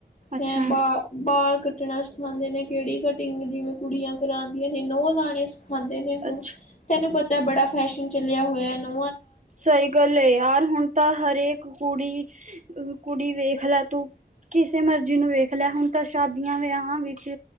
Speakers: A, on the right; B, on the left.
A: ਅੱਛਾ
B: ਹੈਂ ਬਾ ਬਾਲ ਕੱਟਣਾ ਸਿਖਾਉਂਦੇ ਨੇ ਕਿਹੜੀ ਕਟਿੰਗ ਜਿਵੇਂ ਕੁੜੀਆਂ ਕਰਾਉਂਦੀਆਂ ਨੇ ਨੋਹ ਲਾਣੇ ਖਾਂਦੇ ਨੇ ਹੁਣ
A: ਅੱਛਾ
B: ਤੈਨੂੰ ਪਤਾ ਬੜਾ ਫੈਸ਼ਨ ਚਲਿਆ ਹੋਇਆ ਨਾਂ
A: ਸਹੀ ਗੱਲ ਹੈ ਯਾਰ ਹੁਣ ਤਾਂ ਹਰੇਕ ਕੁੜੀ ਕੁੜੀ ਵੇਖ ਲੈ ਤੂੰ ਕਿਸੇ ਮਰਜ਼ੀ ਨੂੰ ਵੇਖ ਲੈ ਹੁਣ ਤਾਂ ਸ਼ਾਦੀਆਂ ਵਿਆਹਾਂ ਵਿੱਚ